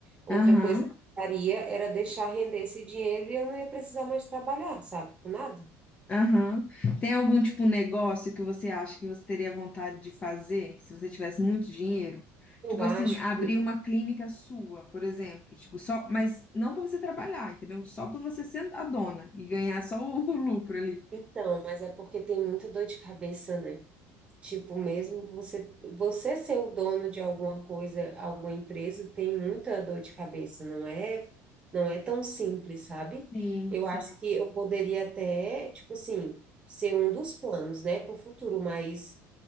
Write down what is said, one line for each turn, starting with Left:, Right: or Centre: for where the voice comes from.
Right: Outra
Left: Aham.
Right: coisa que eu faria era deixar render esse dinheiro e eu não ia precisar mais trabalhar, sabe? Com nada.
Left: Aham. Tem algum tipo de negócio que você acha que você teria vontade de fazer se você tivesse muito dinheiro?
Right: Eu
Left: Tipo
Right: acho
Left: assim, abrir
Right: que.
Left: uma clínica sua, por exemplo, tipo só, mas não para você trabalhar, entendeu? Só para você ser a dona e ganhar só o, <laughs> lucro ali.
Right: Então, mas é porque tem muita dor de cabeça, né? Tipo, mesmo você, você ser o dono de alguma coisa, alguma empresa, tem muita dor de cabeça, não é, não é tão simples, sabe?
Left: Sim,
Right: Eu
Left: sim.
Right: acho que eu poderia até, tipo assim, ser um dos planos, né, para o futuro, mas,